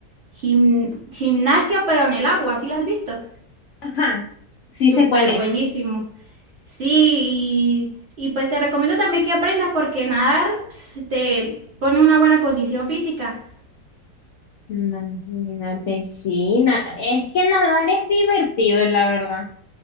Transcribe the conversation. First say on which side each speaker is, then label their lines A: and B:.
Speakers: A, on the right; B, on the left.
A: gim- gimnasia, pero en el agua, ¿sí la has visto?
B: Ajá, sí
A: Súper
B: sé cuál es.
A: buenísimo. Sí, y, y pues te recomiendo también que aprendas porque nadar ps, te pone una buena condición física.
B: Imagínate, sí. na- es que nadar es divertido, la verdad.